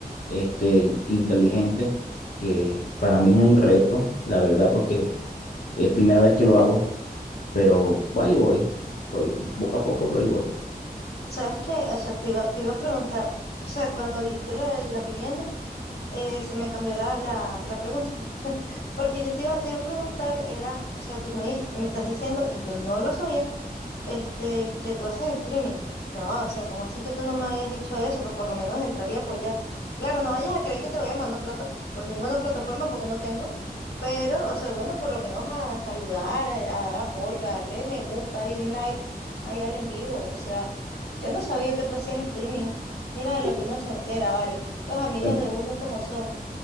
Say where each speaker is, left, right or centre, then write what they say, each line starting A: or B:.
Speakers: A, on the left; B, on the left.
A: este, inteligentes, que para mí es un reto, la verdad, porque es primera vez que lo hago, pero ahí voy, voy poco a poco, pero ahí voy.
B: ¿sabes qué? O sea, te iba, te iba a preguntar, o sea, cuando dijiste lo de las viviendas, eh, se me cambió la, la, la pregunta, <laughs> porque yo te iba, te iba a preguntar, era, o sea, tú me, dijiste- me estás diciendo, y yo no lo sabía, este, que tú haces streaming. Ya va, o sea, como así que tú no me habías dicho eso? Pues por lo menos entraría a apoyar. Claro, no vayas a creer que te voy a mandar plata por ninguna plataforma porque no tengo, pero, o sea, bueno, por lo menos a saludar, a, a dar apoyo, a darle me gusta y un like ahí al en vivo. O sea, yo no sabía que tú hacías streaming. Mira de
A: Sí.
B: lo que uno se entera, ¿vale? Los amigos
A: Bueno,
B: de uno como son.